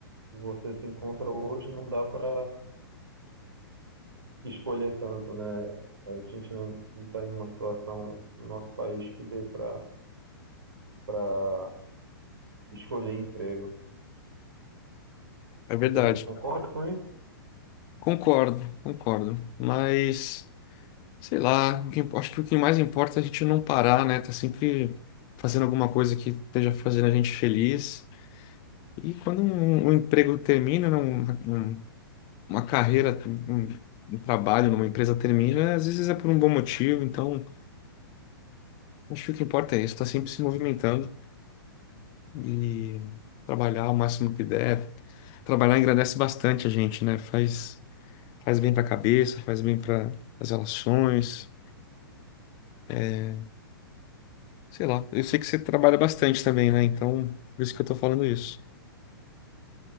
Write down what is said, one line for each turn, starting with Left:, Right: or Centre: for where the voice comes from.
Right: você se encontra hoje, não dá para escolher tanto, né? A gente não está em uma situação no nosso país que dê para para escolher emprego.
Left: É verdade.
Right: Você concorda com isso?
Left: Concordo, concordo. Mas, sei lá, o que imp- acho que o que mais importa é a gente não parar, né? Tá sempre fazendo alguma coisa que esteja fazendo a gente feliz. E quando um, um emprego termina, né, um- um- uma carreira, um, um trabalho numa empresa termina, às vezes é por um bom motivo. Então, acho que o que importa é isso, tá sempre se movimentando e trabalhar o máximo que der. Trabalhar engrandece bastante a gente, né? Faz. Faz bem pra cabeça, faz bem para as relações. é, sei lá. Eu sei que você trabalha bastante também, né? Então, por isso que eu tô falando isso.